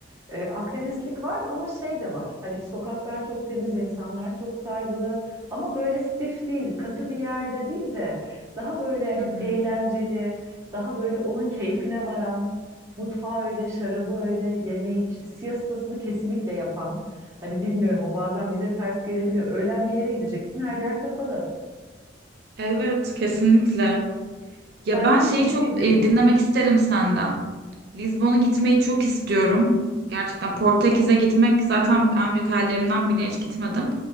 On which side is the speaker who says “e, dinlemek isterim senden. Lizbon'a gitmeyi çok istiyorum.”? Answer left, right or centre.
Right